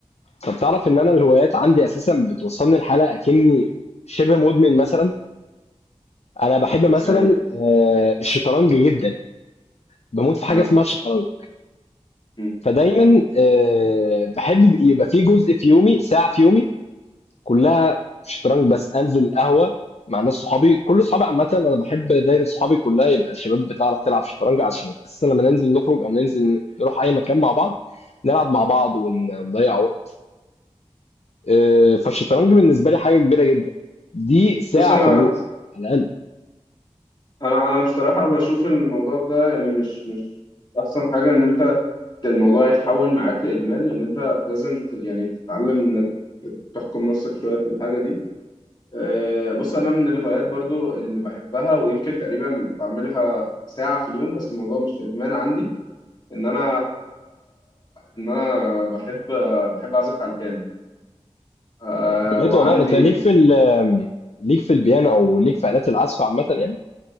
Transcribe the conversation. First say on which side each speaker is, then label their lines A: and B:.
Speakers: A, on the left; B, on the left.
A: طب تعرف ان انا الهوايات عندي اساسا بتوصلني لحاله اكني شبه مدمن مثلا انا بحب مثلا
B: زي
A: آه الشطرنج جدا بموت في حاجه
B: آه.
A: اسمها الشطرنج
B: م.
A: فدايما آه بحب يبقى في جزء في يومي ساعه في يومي كلها شطرنج بس انزل القهوه مع ناس صحابي كل صحابي عامه انا بحب دايره صحابي كلها يبقى شباب بتعرف تلعب شطرنج عشان اساسا لما ننزل نخرج او ننزل نروح اي مكان مع بعض نلعب مع بعض ونضيع وقت آه، فالشطرنج بالنسبه لي حاجه كبيره جدا دي ساعه
B: بص انا
A: في اليوم على الاقل
B: انا انا بصراحه بشوف الموضوع ده يعني مش مش احسن حاجه ان انت الموضوع يتحول معاك لادمان لان انت لازم ت- يعني تتعلم انك تحكم نفسك شويه في الحاجه دي آه، بص انا من الهوايات برضو اللي بحبها ويمكن تقريبا بعملها ساعه في اليوم بس الموضوع مش ادمان عندي ان انا ان انا بحب بحب اعزف على البيانو آه،
A: بجد
B: وعندي
A: والله انت ليك في ال- ليك في البيانو او ليك في الات العزف عامه يعني